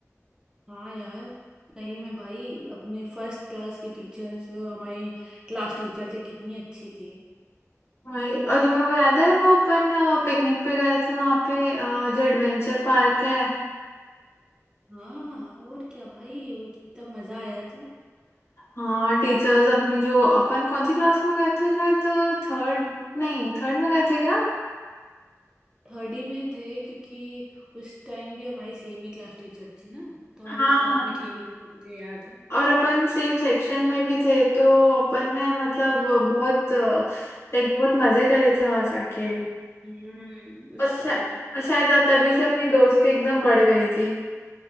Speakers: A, on the right; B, on the left.
A: हाँ यार सही में भाई अपने फर्स्ट क्लास की टीचर्स हमारे क्लास टीचर थे कितनी अच्छी थी
B: वही और तुम्हें वो याद है वो अपन पिकनिक पे गए थे वहाँ पे अ, जो एडवेंचर पार्क है
A: हाँ और क्या भाई वो कितना मजा आया था
B: हाँ टीचर्स अपनी जो अपन कौन सी क्लास में गए थे शायद थर्ड नहीं थर्ड में गए थे क्या
A: थर्ड ही में थे क्योंकि उस टाइम भी हमारी सेम ही क्लास टीचर थी ना तो हम
B: हाँ
A: लोग साथ में खेल रहे थे मुझे याद है
B: और अपन सेम सेक्शन में भी थे तो अपन ने मतलब बहुत लाइक बहुत मजे करे थे वहां जाके
A: हम्म उस
B: और शा-
A: टाइम
B: और शायद तभी से अपनी दोस्ती एकदम बढ़ गई थी